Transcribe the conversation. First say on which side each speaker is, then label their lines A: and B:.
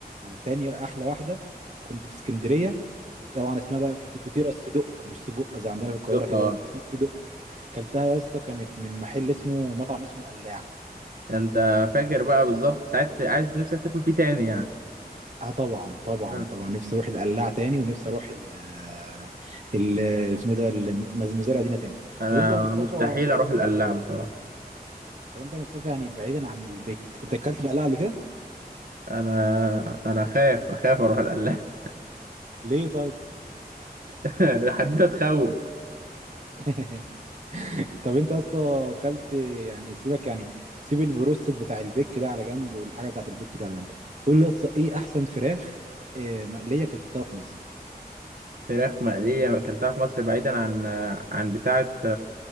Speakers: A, on the right (about 45°); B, on the right (about 60°).
A: تاني احلى واحده كنت في اسكندريه طبعا اسمها بقى فت- فطيره الصدق مش سجق زي عندنا في القاهره
B: اه
A: كده لا اسمها كلتها يا اسطى كانت من محل اسمه مطعم اسمه القلاع
B: انت فاكر بقى بالظبط انت عايز عايز نفسك تاكل فيه تاني يعني
A: اه طبعا طبعا
B: آه.
A: طبعا نفسي اروح القلاع تاني ونفسي اروح ال آه، ال اسمه ده المز- مزارع دينا تاني
B: انا
A: طب انت يا مصطفى
B: مستحيل اروح القلاع بصراحه
A: طب انت يا مصطفى يعني بعيدا عن البيك انت اكلت في القلاع قبل كده؟
B: انا انا خايف اخاف اروح القلاع
A: ليه طيب؟
B: <laughs> الحدوته تخوف
A: <laughs> طب انت اصلا اكلت يعني سيبك يعني سيب البروستد بتاع البيك ده على جنب والحاجه بتاعت البيك دي على جنب قول
B: مم.
A: لي اصلا ايه احسن فراخ آه، مقليه اكلتها في مصر؟
B: فراخ مقليه اكلتها في مصر بعيدا عن عن بتاعه